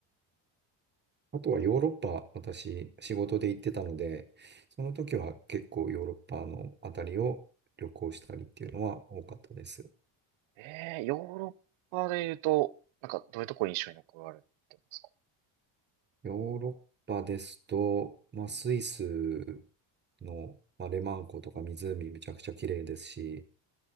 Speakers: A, on the right; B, on the right.
A: あとはヨーロッパ、私、仕事で行ってたので、その時は結構ヨーロッパのあたりを旅行したりっていうのは多かったです。
B: ええ、ええヨーロッパで言うと、なんかどういうところ印象に残られてますか
A: ヨーロッパですと、まあ、スイスの、まあ、レマン湖とか湖めちゃくちゃ綺麗ですし、